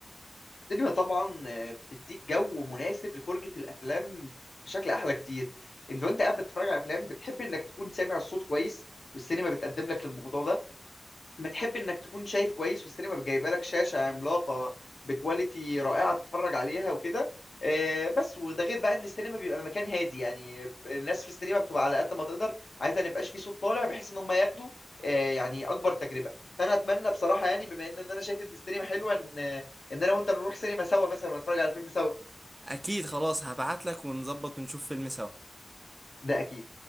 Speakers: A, on the left; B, on the right.
A: السينما طبعا آه، بتديك جو مناسب لفرجه الافلام بشكل احلى كتير انت وانت قاعد بتتفرج على الافلام بتحب انك تكون سامع الصوت كويس والسينما بتقدم لك الموضوع ده بتحب انك تكون شايف كويس والسينما جايبه لك شاشه عملاقه بكواليتي رائعه تتفرج عليها وكده آه، بس وده غير بقى ان السينما بيبقى مكان هادي يعني الناس في السينما بتبقى على قد ما تقدر عايزه ما يبقاش في صوت طالع بحيث ان هم ياخدوا آه، يعني اكبر تجربه فانا اتمنى بصراحه يعني بما ان إن انا شايف ان السينما حلوه ان ان انا وانت نروح سينما سوا مثلا ونتفرج على فيلم سوا
B: اكيد خلاص هبعت لك ونظبط ونشوف فيلم سوا
A: ده اكيد